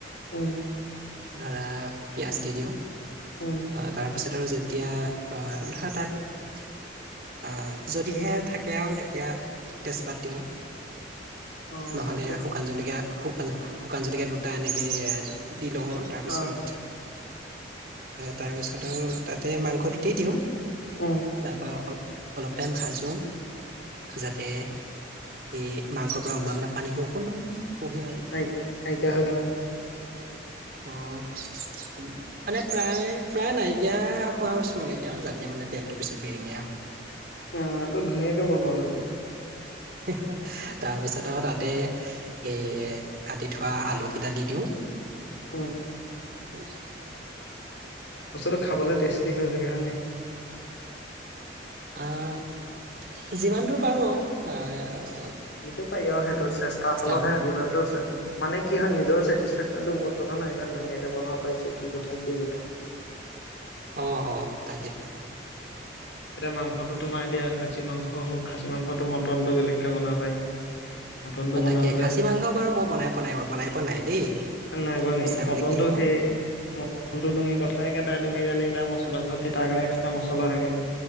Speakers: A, on the left; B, on the right.
A: উম,
B: ধৰা পিয়াজ দি দিও
A: উম
B: তাৰপিছত আৰু। তেতিয়া ধৰা তাত যদিহে থাকে আৰু তেতিয়া তেজপাত দিও
A: অ
B: নহ'লে
A: ঠিকে আছে
B: শুকান জলকীয় গোলান। শুকান - শুকান জতিকীয়া দুটা এনেকৈ দি লও আৰু তাৰপিছত।
A: অ
B: তাৰপিছত আৰু তাতে মাংসটো দি দিও।
A: উম
B: তাৰপ - অলপ টাইম ভাজো তাতে এই মাংসৰ পৰা ওলোৱা মানে পানীটো অকণমান শুহে আৰু
A: নাই নাইকিয়া হয় তাৰ মানে
B: অ মানে প্ৰায় প্ৰায় নাইকিয়া হোৱাৰ ওচৰলৈকে আৰু যাতে মানে তেলটোৰ পিছত বিৰিঙিয়া অহ
A: অহ আকৌ ধুনীয়াকে বনোৱা দেখোন <inaudible>
B: হে হো তাৰপিছত আৰু তাতে এই কাটি থোৱা আলুকেইটা দি দিওঁ
A: অ
B: উ
A: বস্তুটো খাবলে টেষ্টি হৈ থাকে হয় নাই
B: অহ যিমান দূৰ পাৰো আওঁ-
A: সিটো পাই আৰু সেইটো চেষ্টাৰ ফলতহে
B: কৰো
A: যিমানটো মানে কি হয় নিজৰ চেটি <unintelligible> টো ওপৰত কথা নাই ইমান ধুনীয়াকে বনাব পাৰিছো কি কথা কি বথা
B: অ অ তাকে <inaudible>
A: এতিয়া মাংসটো তোমাৰ দিয়া খাচী মাংস হওক খাচী মাংসতো মটনটো বেলেগকে বনাব পাৰি <unintelligible>
B: অ
A: বনাবলে
B: তাকে খাচী মাংস বাৰু মই বনাই পনাই বনাই পোৱা নাই দেই
A: নাই বোনি
B: মিছা
A: মটনটো
B: ক'লে কি হ'ব
A: সেই মটনটো তুমি কথাই কে তাই তুমি জানিলা মচলা যত তাৰ কাৰণে এক্সট্ৰা মছলা থাকে